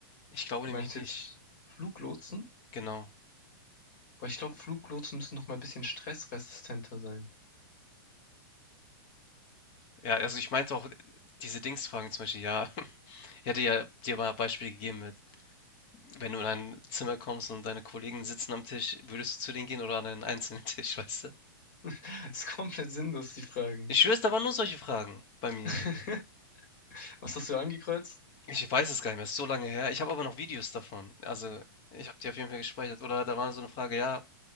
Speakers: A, on the left; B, on the left.
A: Ich glaube
B: Du
A: nämlich
B: meinst
A: nicht.
B: jetzt Fluglotsen?
A: Genau.
B: Weil ich glaube, Fluglotsen müssen noch mal ein bisschen stressresistenter sein.
A: Ja, also ich meinte auch äh, diese Dingsfragen zum Beispiel, ja, <laughs> ich hätte ja dir mal Beispiele gegeben mit, wenn du in ein Zimmer kommst und deine Kollegen sitzen am Tisch, würdest du zu denen gehen oder an einen einzelnen <laughs> Tisch, weißt du?
B: <laughs> Das ist komplett sinnlos, die Fragen.
A: Ich schwöre, da waren nur solche Fragen bei mir.
B: <laughs> Was hast du angekreuzt?
A: Ich weiß es gar nicht mehr, ist so lange her. Ich habe aber noch Videos davon. Also, ich habe die auf jeden Fall gespeichert. Oder da war so eine Frage, ja,